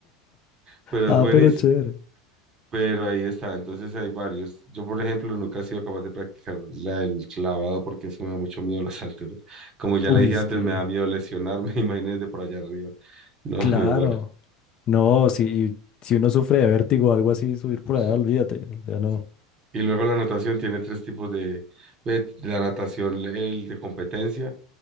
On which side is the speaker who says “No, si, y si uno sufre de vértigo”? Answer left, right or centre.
Left